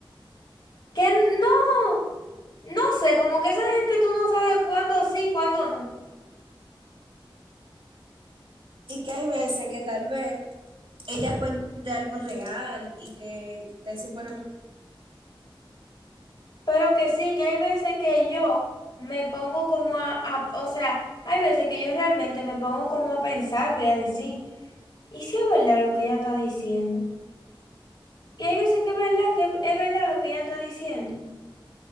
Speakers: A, on the left; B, on the right.
A: Que no, no sé, como que esa gente tú no sabes cuándo sí, cuándo no.
B: Y que hay veces que tal vez ella cuente algo real y que te supone
A: Pero que sí, que hay veces que yo me pongo como a, a- o sea, hay veces que yo realmente me pongo como a pensar, voy a decir, ¿y si es verdad lo que ella está diciendo? Que hay sé que es verdad, que es verdad lo que ella está diciendo.